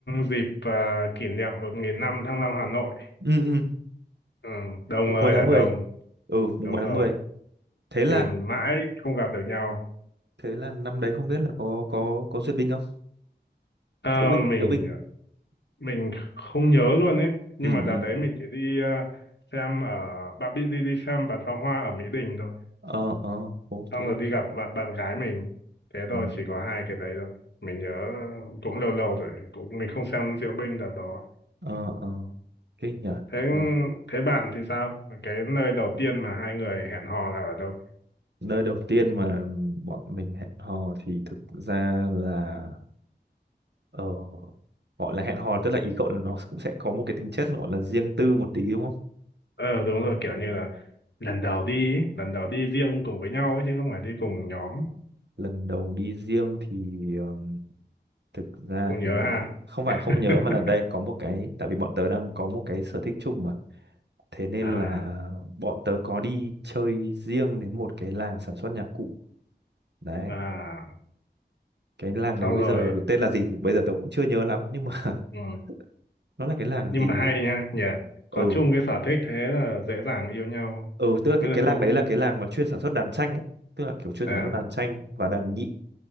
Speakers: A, on the left; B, on the right.
A: dịp à, kỷ niệm một nghìn năm Thăng Long Hà Nội
B: ừ ừ
A: ừ, đông
B: mùng
A: ơi
B: 10 tháng
A: là
B: 10
A: đông
B: ừ mùng
A: đúng
B: 10 tháng
A: rồi
B: mười thế là
A: tìm mãi không gặp được nhau
B: thế là năm đấy không biết là có có có duyệt binh không
A: Ờ,
B: diễu binh
A: mình
B: diễu binh
A: mình không nhớ luôn ấy nhưng
B: ừ
A: mà đợt
B: ừ
A: đấy mình chỉ đi à, xem ở bạn biết đi đi xem bắn pháo hoa ở Mỹ Đình thôi
B: ờ ờ ok
A: xong rồi đi gặp bạn bạn gái mình thế thôi
B: ừ
A: chỉ có hai cái đấy thôi mình nhớ cũng lâu lâu rồi cũng mình không xem diễu binh đợt đó
B: ờ ờ kinh nhỉ
A: thế
B: Ôi,
A: thế bạn thì sao cái nơi đầu tiên mà hai người hẹn hò là ở đâu
B: nơi đầu tiên mà bọn mình hẹn hò thì thực ra là ờ gọi là hẹn hò tức là ý cậu là nó cũng sẽ có một cái tính chất gọi là riêng tư một tí đúng không
A: ờ đúng rồi kiểu như là lần đầu đi ấy, lần đầu đi riêng cùng với nhau ấy chứ không phải đi cùng nhóm
B: lần đầu đi riêng thì ờm, thực ra
A: không
B: thì
A: nhớ ha
B: không phải không
A: <laughs>
B: nhớ mà là đây có một cái tại vì bọn tớ đang có một cái sở thích chung mà Thế nên
A: à
B: là bọn tớ có đi chơi riêng đến một cái làng sản xuất nhạc cụ. Đấy,
A: à
B: cái làng
A: xong
B: đấy bây
A: rồi
B: giờ tên là gì thì bây giờ tớ cũng chưa nhớ lắm nhưng mà
A: ừ.
B: <laughs> nó là cái làng
A: nhưng
B: gì
A: mà hay
B: nhỉ?
A: nha nhỉ có
B: Ừ,
A: chung cái sở thích thế là dễ dàng yêu nhau
B: ừ tức là cái
A: mới lại
B: cái làng
A: cũng
B: đấy là
A: dễ
B: cái làng mà chuyên sản xuất đàn tranh ấy, tức là kiểu chuyên
A: à
B: sản xuất đàn tranh và đàn nhị.